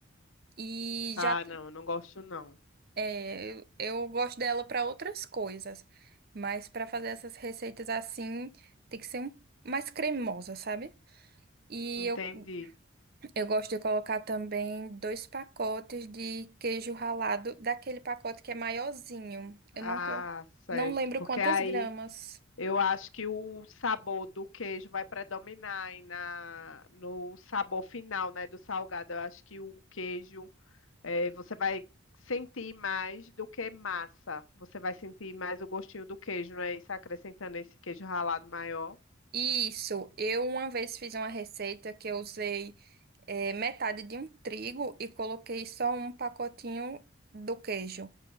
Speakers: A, on the right (about 50°); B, on the left (about 75°).
A: E
B: Ah,
A: já
B: não, eu não gosto não.
A: É, eu, eu gosto dela para outras coisas, mas para fazer essas receitas assim, tem que ser um- mais cremosa, sabe? E
B: Entendi.
A: eu, eu gosto de colocar também dois pacotes de queijo ralado, daquele pacote que é maiorzinho. Eu
B: Ah,
A: não tô,
B: certo.
A: não lembro
B: Porque
A: quantas
B: aí
A: gramas.
B: eu acho que o sabor do queijo vai predominar aí na, no sabor final, né, do salgado. Eu acho que o queijo É, você vai sentir mais do que massa. Você vai sentir mais o gostinho do queijo, não é isso? Acrescentando esse queijo ralado maior.
A: Isso, eu uma vez fiz uma receita que eu usei eh, metade de um trigo e coloquei só um pacotinho do queijo.